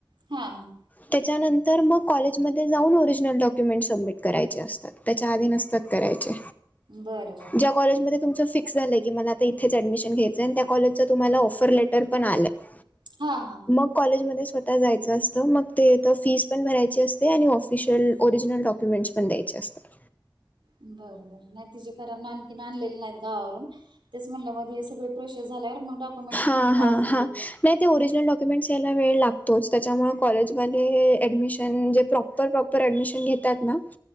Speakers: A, on the right; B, on the left.
A: हा हा...
B: त्याच्यानंतर मग कॉलेजमध्ये जाऊन ओरिजिनल डॉक्युमेंट सबमिट करायचे असतात, त्याच्या आधी नसतं. नसतात करायचे.
A: बरं बरं
B: जो कॉलेजमध्ये तुमचं फिक्स झालं आहे. की मला आता इथेच ॲडमिशन घ्यायचं आहे. त्या कॉलेजचा तुम्हाला ऑफरलेटर पण आलं आहे.
A: हा हा...
B: मग कॉलेजमध्ये स्वतः जायचं असतं मग तेथं फीस पण भरायची असते. आणि ऑफिशियल ओरिजिनल डॉक्युमेंट्स पण द्यायचे असतात.
A: बरं बरं बर, नाय तीचे कारण आणखीन आणलेले नाही. गावावरून, तेच म्हणला मग तिचे सगळे प्रोसेस झाल्यावर मग डॉक्युमेंट
B: हा
A: घेऊन मागून
B: हा हा,
A: घेऊ
B: नाही ते ओरिजिनल डॉक्युमेंट्स यायला वेळ लागतोच, त्याच्यामुळे कॉलेजमध्ये ॲडमिशन जे प्रॉप प्रॉपर प्रॉपर ऍडमिशन घेतात ना,